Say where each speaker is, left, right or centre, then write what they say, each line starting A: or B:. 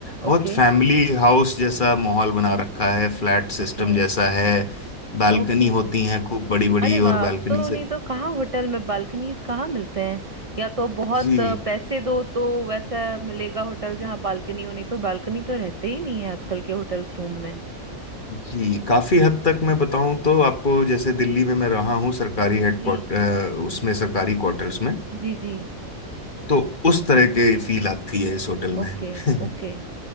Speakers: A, on the right; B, on the left.
A: Okay
B: बहुत फैमिली हाउस जैसा माहौल बना रखा है फ्लैट सिस्टम
A: okay
B: जैसा है बालकनी
A: okay
B: होती हैं खूब बड़ी बड़ी
A: अरे वाह
B: और
A: अब
B: बालकनी
A: तो
B: से
A: नहीं तो कहाँ होटल में बालकनीज कहाँ मिलते हैं या तो बहुत
B: जी
A: अ, पैसे दो तो वैसा मिलेगा होटल जहाँ बालकनी हो नहीं तो बालकनी तो रहते ही नहीं है आजकल के होटल्स रूम में
B: जी काफी हद तक मैं बताऊं तो आपको जैसे दिल्ली में मैं रहा हूँ सरकारी हेडक्वार्टर
A: जी
B: उसमें सरकारी क्वार्टर्स में
A: जी जी
B: तो उस तरह के फील आती है इस होटल में
A: Okay
B: <laughs>
A: okay